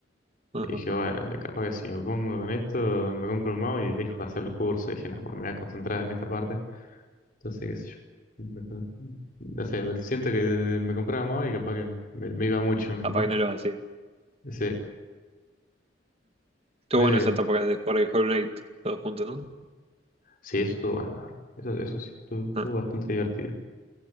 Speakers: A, on the right; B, on the left.
A: Capaz
B: y dije, bueno, capaz que si me pongo con esto, me compro un mouse y dejo de hacer los cursos. Y dije, no, bueno, me voy a concentrar en esta parte. Entonces, qué sé yo. Me con- No sé, siento que me compraba un mouse y capaz que me, me iba mucho, ¿me entendés?
A: que no lo hacía.
B: Ese,
A: Estuvo
B: me-
A: bueno esa etapa de jugar de Hollow Knight todos juntos, ¿no?
B: sí, eso estuvo bueno, la verdad. Eso, eso sí, estuvo, estuvo
A: Ah,
B: bastante divertido.